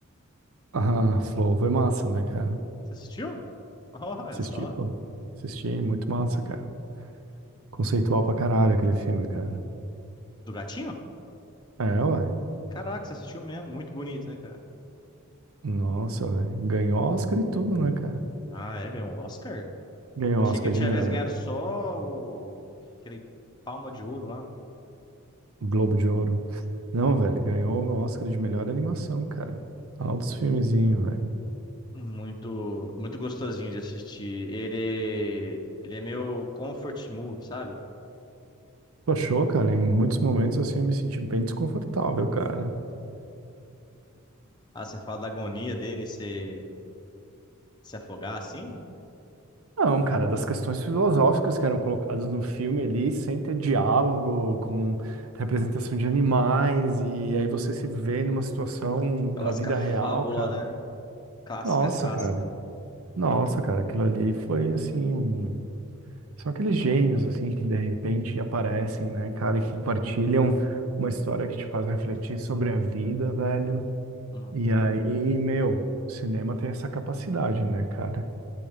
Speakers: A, on the right; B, on the left.
A: Ah, Flow foi massa, né, cara?
B: Você assistiu? <laughs> Olha
A: Assisti,
B: só.
A: pô. Assisti, muito massa, cara. Conceitual pra caralho aquele filme, cara.
B: Do gatinho?
A: É, ué.
B: Caraca, você assistiu mesmo. Muito bonito, né, cara?
A: Nossa, velho. Ganhou Oscar e tudo, né, cara?
B: Ah, é, ganhou um Oscar?
A: Ganhou
B: Eu achei
A: Oscar
B: que ele tivesse
A: de melhor.
B: ganhado só o... aquele Palma de Ouro lá.
A: Globo de Ouro. Não, velho, ganhou o Oscar de melhor animação, cara. Altos filmezinhos, velho.
B: Muito, muito gostosinho de assistir. Ele, ele é meu comfort movie, sabe?
A: Tu achou, cara? Em muitos momentos, assim, eu me senti bem desconfortável, cara.
B: Ah, você fala da agonia dele se, se afogar assim?
A: Não, cara, das questões filosóficas que eram colocadas no filme ali, sem ter diálogo, com representação de animais, e aí você se vê numa situação
B: Clássica
A: da vida
B: fábula,
A: real, cara.
B: né? Clássica,
A: Nossa,
B: clássica.
A: cara. Nossa, cara, aquilo ali foi, assim, um- São aqueles gênios, assim, que de repente aparecem, né, cara, e compartilham uma história que te faz refletir sobre a vida, velho.
B: Uhum.
A: E aí, meu, o cinema tem essa capacidade, né, cara,